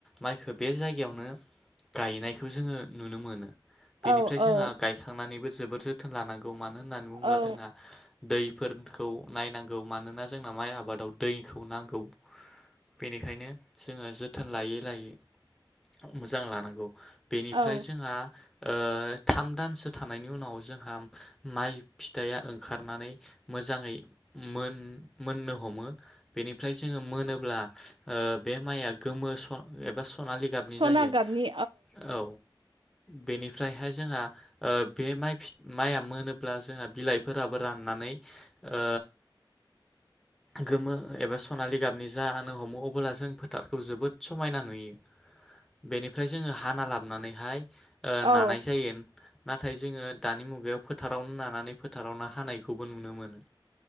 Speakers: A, in the centre; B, on the right.
A: माइखो बे जायगायावनो गायनायखौ जोङो नुनो मोनो। बेनिफ्राय
B: औ
A: जोंहा गायखांनानै जोबोर जोथोन लानांगौ मा नो होननानै बुङोब्ला
B: औ
A: जोंना दैफोर खौ नायनांगौ मानोना जोंना माइ आबादाव दैखौ नांगौ बेनिखायनो जोङो जोथोन लायै लायै मोजां लानांगौ। बेनिफ्राय
B: औ
A: जोंहा ओ थाम दानसो थानायनि उनाव जोंहा माइ फिथाइया ओंखारनानै मोजाङै मोन मोननो हमो बेनिफ्राय जोङो मोनोब्ला ओ बे माइया गोमो स एबा स स'नालि गाबनि
B: सना
A: जायो।
B: गाबनि
A: औ बेनिफ्रायहाय जोंहा ओ बे फि माइआ मोनोब्ला जोंहा बिलाइफोराबो राननानै ओ गोमो एबा सनालि गाबनि जानो हमो अब्ला जों फोथारखौ जोबोद समायना नुयो बेनिफ्राय जोङो हाना लाबनानैहाय ओ
B: औ
A: नानाय जायो। नाथाय जोङो दानि मुगायाव फोथारावनो नानानै फोथारावनो हानायखौ बो नुनो मोनो।